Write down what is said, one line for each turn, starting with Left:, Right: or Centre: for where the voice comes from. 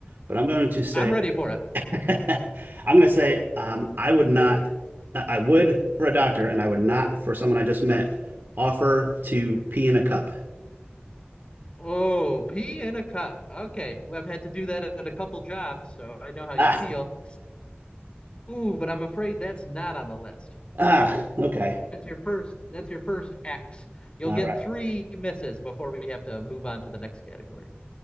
Right: but I'm going to say,
Left: I'm ready for it.
Right: <laughs> I'm gonna say, um, I would not, I I would for a doctor, and I would not for someone I just met offer to pee in a cup.
Left: Oh, pee in a cup. Okay, well, I've had to do that at a couple jobs, so I know how you
Right: Ah,
Left: feel. Ooh, but I'm afraid that's not on the list.
Right: ah, okay,
Left: That's your first, that's your first X. You'll
Right: all
Left: get
Right: right,
Left: three misses before we have to move on to the next category.